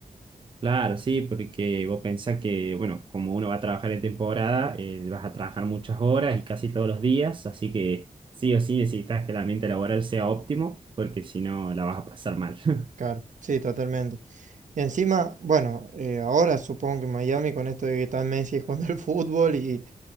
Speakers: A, on the right; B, on the right.
A: Claro, sí, porque vos pensás que, bueno, como uno va a trabajar en temporada, eh, vas a trabajar muchas horas y casi todos los días, así que sí o sí necesitas que el ambiente laboral sea óptimo, porque si no la vas a pasar mal. <laughs>
B: Claro, sí, totalmente. Y encima, bueno, eh, ahora supongo que Miami con esto de que está Messi jugando al fútbol y